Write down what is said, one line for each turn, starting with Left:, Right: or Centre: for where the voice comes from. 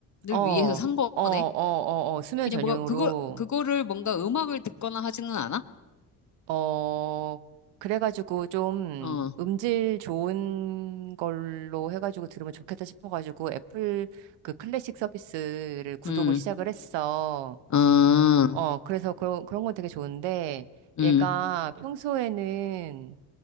Right: 어, 어,
Left: 위해서 산 거네.
Right: 어, 어, 어, 수면
Left: 그냥
Right: 전용으로,
Left: 뭐가 그걸 그거를 뭔가 음악을 듣거나 하지는 않아?
Right: 어, 그래가지고 좀
Left: 어,
Right: 음질 좋은 걸로 해가지고 들으면 좋겠다 싶어가지고 애플 그 클래식 서비스를 구독을
Left: 음,
Right: 시작을 했어.
Left: 아,
Right: 어, 그래서 그런, 그런 건 되게 좋은데,
Left: 음,
Right: 얘가 평소에는